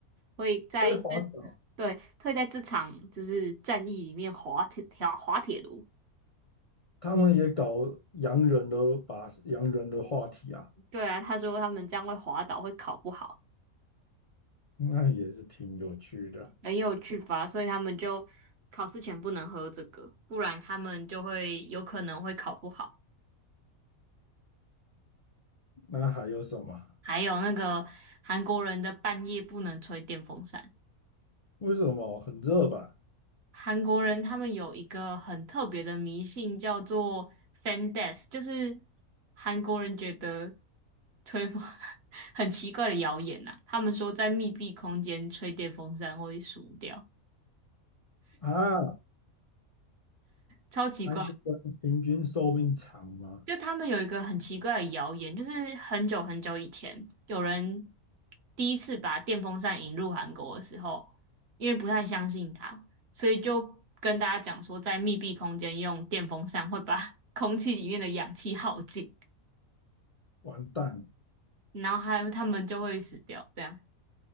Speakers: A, on the right (about 50°); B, on the left (about 55°).
A: 会在这，
B: 会滑倒，
A: 对，会在这场就是战役里面滑铁条滑铁卢。
B: 他们也搞洋人的，把洋人的话题啊，
A: 对啊，他说他们这样会滑倒，会考不好，
B: 那也是挺有趣的。
A: 很有趣吧？所以他们就考试前不能喝这个，不然他们就会有可能会考不好。
B: 那还有什么？
A: 还有那个韩国人的半夜不能吹电风扇。
B: 为什么很热吧？
A: 韩国人他们有一个很特别的迷信，叫做 “fan death”，就是韩国人觉得吹风 <laughs> 很奇怪的谣言呐、他们说在密闭空间吹电风扇会死掉，
B: 啊，
A: 超奇怪。
B: 韩国人平均寿命长吗？
A: 就他们有一个很奇怪的谣言，就是很久很久以前，有人第一次把电风扇引入韩国的时候，因为不太相信它，所以就跟大家讲说，在密闭空间用电风扇会把 <laughs> 空气里面的氧气耗尽，
B: 完蛋，
A: 然后还他们就会死掉。这样